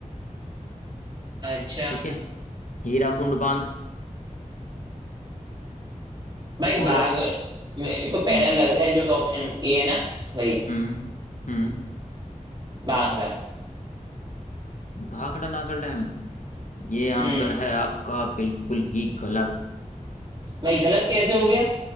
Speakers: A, on the right; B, on the left.
A: अच्छा
B: ठीक है हीराकुंड बांध
A: भाई
B: और
A: बाघ मेरे को पहला
B: हम्म
A: लग रहा है जो ऑप्शन ए है ना वही
B: हम्म हम्म
A: मांग रहा है
B: भाखड़ा नागल डैम ये आंसर
A: हम्म
B: है आपका बिल्कुल ही गलत
A: भाई गलत कैसे हो गया